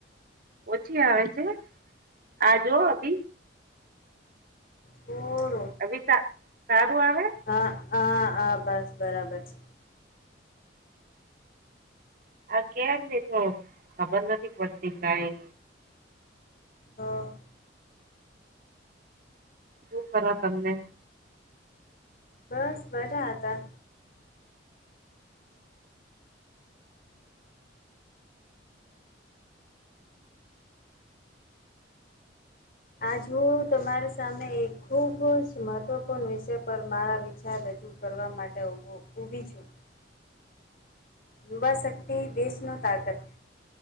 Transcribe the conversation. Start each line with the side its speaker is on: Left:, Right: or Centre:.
Right: ઓછી આવે છે આ જો અભી
Left: પાકર
Right: અભી સારું આવે
Left: હા હા હા બસ બરાબર છે
Right: આ કેમ ને તો ખબર નથી પડતી કઈ
Left: હા
Right: હ શું કરો તમને
Left: બસ બઠા હતા આજ હું તમારી સામે એક ખૂબ જ મહત્વપૂર્ણ વિષય પર મારા વિચાર રજૂ ું કરવા માટે ઉભો ઊભી છું યુવા શક્તિ દેશનો તાકત